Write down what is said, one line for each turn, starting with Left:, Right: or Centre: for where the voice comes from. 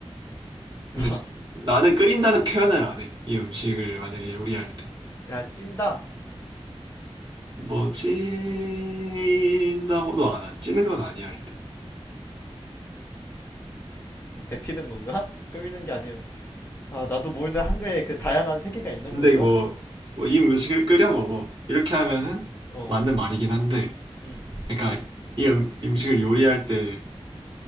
Left: 나,
Right: 근데 지- 나는 끓인다는 표현을 안 해. 이 음식을 만약에 요리할 때.
Left: 야 찐다.
Right: 뭐, 찐다고도 안 해. 찌는 건 아니야, 일단.
Left: 뭐 데피는 건가? 끌리는 게 아니에요. 아 나도 모르는 한글에 그 다양한 세계가 있는
Right: 근데
Left: 건가?
Right: 뭐, 뭐, 이 음식을 끓여 먹어. 이렇게 하면은
Left: 어,
Right: 맞는 말이긴 한데,
Left: 음.
Right: 그러니까 이 음, 음식을 요리할 때